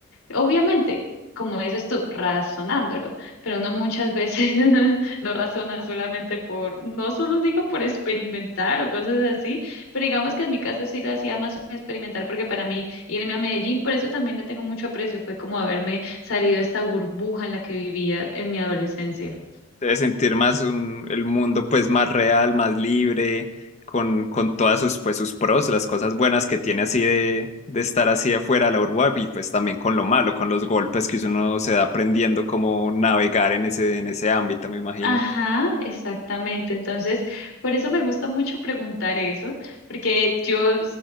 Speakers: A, on the left (about 85°); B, on the left (about 30°).
A: Obviamente, como dices tú, razonándolo, pero no muchas veces <laughs> no razona solamente por, no solo digo por experimentar o cosas así, pero digamos que en mi caso sí lo hacía más experimentar porque para mí irme a Medellín, por eso también le tengo mucho aprecio, fue como haberme salido de esta burbuja en la que vivía en mi adolescencia.
B: Debes sentir más un- el mundo pues más real, más libre, con, con todas sus pues sus pros, las cosas buenas que tiene así de, de estar así afuera de la urba y pues también con lo malo, con los golpes que uno se da aprendiendo cómo navegar en ese, en ese ámbito, me imagino.
A: Ajá, exactamente. Entonces, por eso me gusta mucho preguntar eso, porque yo,